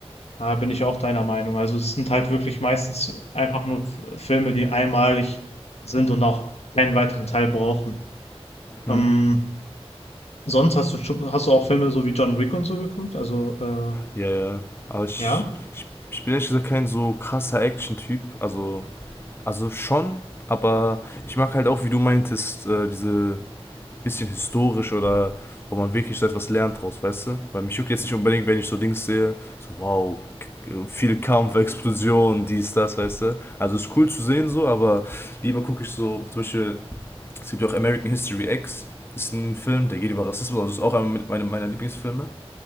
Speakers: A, on the left; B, on the left.
A: Da bin ich auch deiner Meinung. Also es sind halt wirklich meistens einfach nur F- Filme, die einmalig sind und auch keinen weiteren Teil brauchen. Ähm,
B: Mhm.
A: sonst hast du schon, hast du auch Filme so wie John Wick und so geguckt? Also äh,
B: Ja, ja. Aber ich,
A: ja.
B: ich, ich bin ehrlich gesagt kein so krasser Action-Typ. Also, also schon, aber ich mag halt auch, wie du meintest, äh, diese bisschen historisch oder wo man wirklich so etwas lernt draus, weißt du? Weil mich juckt jetzt nicht unbedingt, wenn ich so Dings sehe, so wow, k- äh, viel Kampf, Explosion, dies, das, weißt du? Also ist cool zu sehen so, aber lieber gucke ich so, zum Beispiel, es gibt ja auch American History X, ist ein Film, der geht über Rassismus, also ist auch einer mit- meiner meiner Lieblingsfilme.